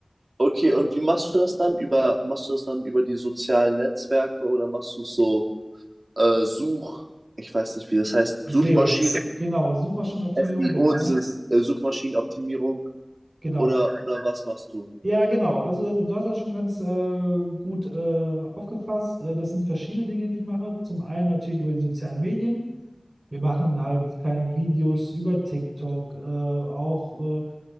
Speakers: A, on the right; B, on the right.
A: Okay, und wie machst du das dann? Über, machst du das dann über die sozialen Netzwerke oder machst du es so äh, Such, ich weiß nicht, wie das heißt,
B: SEO,
A: Suchmaschinen,
B: genau, Suchmaschinenoptimierung,
A: SEO,
B: genau,
A: dieses äh, Suchmaschinenoptimierung
B: genau.
A: oder, oder was machst du?
B: Ja, genau. Also das, du hast das schon ganz äh, gut äh, aufgefasst. Äh, das sind verschiedene Dinge, die ich mache. Zum einen natürlich über die sozialen Medien. Wir machen halt kleine Videos über TikTok, äh, auch äh,